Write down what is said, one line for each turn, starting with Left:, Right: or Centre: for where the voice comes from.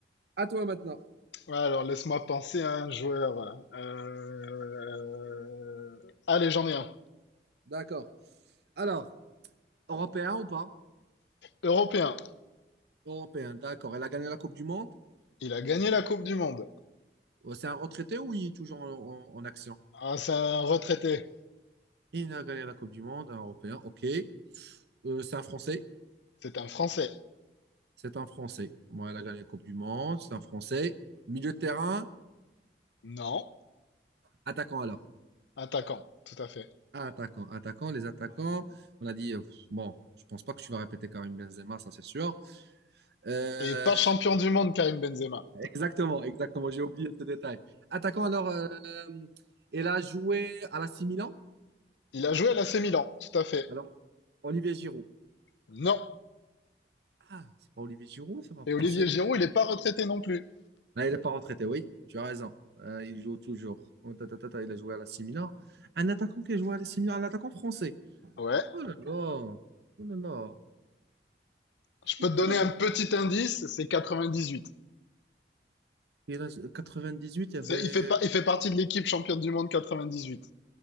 Right: à toi maintenant.
Left: Ouais, Alors, laisse-moi penser à un joueur. voilà. Euh, Allez, j'en ai un.
Right: D'accord. Alors, européen ou pas?
Left: Européen.
Right: Européen, d'accord. Elle a gagné la Coupe du Monde.
Left: Il a gagné la Coupe du Monde.
Right: Euh, C'est un retraité ou il est toujours en, en- en action?
Left: Ah, c'est un retraité.
Right: Il a gagné la Coupe du Monde, un européen. Ok. Euh, c'est un Français.
Left: C'est un Français.
Right: C'est un Français. Bon, elle a gagné la Coupe du Monde. C'est un Français. Milieu de terrain,
Left: Non.
Right: attaquant alors.
Left: Attaquant. Tout à fait.
Right: Attaquant, attaquant, les attaquants. On a dit, euh, bon, je pense pas que tu vas répéter Karim Benzema, ça c'est sûr. Euh,
Left: Et pas champion du monde, Karim Benzema.
Right: exactement, exactement, j'ai oublié ce détail. Attaquant alors, euh, elle a joué à la C Milan.
Left: Il a joué à l'AC Milan. Tout à fait.
Right: Alors, Olivier Giroud.
Left: Non.
Right: Ah, c'est pas Olivier Giroud, c'est pas un
Left: Et
Right: français.
Left: Olivier Giroud, il n'est pas retraité non plus.
Right: Là, il est pas retraité, oui, tu as raison. Euh, il joue toujours. Oh, ta, ta, ta, ta, il a joué à la C Milan. Un attaquant qui a joué à la C Milan, un attaquant français.
Left: Ouais.
Right: Oh là là, oh là là, je
Left: Je
Right: connais
Left: peux te
Right: pas
Left: donner
Right: d'attaque.
Left: un petit indice. C'est 98.
Right: Et là, 98, il y avait
Left: C'est- Il fait, pas- il fait partie de l'équipe championne du monde 98.